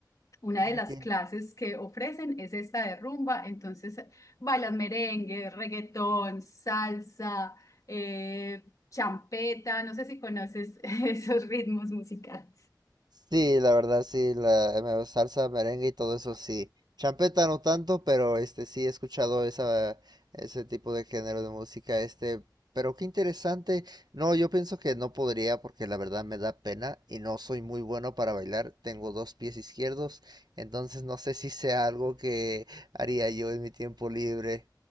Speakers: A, on the left; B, on the right.
A: una
B: Ah,
A: de las
B: ya
A: clases que ofrecen es esta de rumba, entonces bailas merengue, reggaetón, salsa, eh, champeta, no sé si conoces <laughs> esos ritmos musicales.
B: Sí, la verdad, sí, la me- salsa, merengue y todo eso, sí. Champeta no tanto, pero este sí he escuchado esa, ese tipo de género de música, este, pero qué interesante. No, yo pienso que no podría porque la verdad me da pena y no soy muy bueno para bailar. Tengo dos pies izquierdos, entonces no sé si sea algo que haría yo en mi tiempo libre.